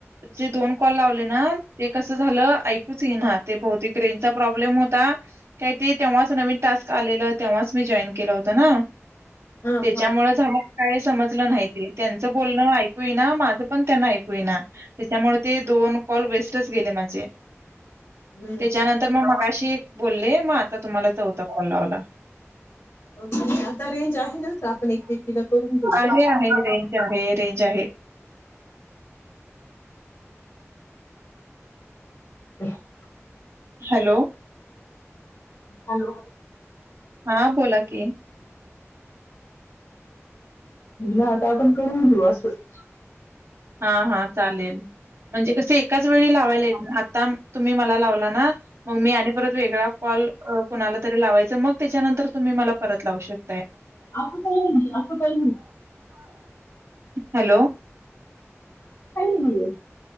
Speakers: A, on the right; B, on the left.
A: जे दोन कॉल लावले ना ते कसं झालं ऐकूच येई ना ते बहतेक ग्रेनचा प्रॉब्लेम होता काही ते तेव्हाच नवीन टास्क आलेलं तेव्हाच मी जॉईन केलं होत ना
B: हा
A: त्याच्यामुळेच
B: हा
A: काय समजलं नाही ते त्यांचं बोलणं ऐकू येईना ना माझं पण त्यांना ऐकू येईना त्याच्यामुळे ते दोन कॉल वेस्टच गेले माझे
B: हम्म
A: त्याच्यानंतर मग मगाशी <inaudible> बोलले मग आता तुम्हाला चौथ <unintelligible>
B: <inaudible> रेंज आहे ना तर आपण एकमेकीला करून घेऊ
A: आहे
B: कोण
A: आहे रेंज आहे रेंज आहे
B: <unintelligible>
A: हॅलो
B: हॅलो
A: हा बोला की
B: म्हणलं आता आपण करून घेऊ असंच
A: हा हा चालेल म्हणजे कसं एकाच वेळी लावायला येत आता तुम्ही मला लावला ना मग मी आणि परत वेगळा कॉल कुणाला तरी लावायच मग त्याच्यानंतर तुम्ही मला परत लावू शक
B: <unintelligible> हा असं काही
A: हॅलो
B: नाहीये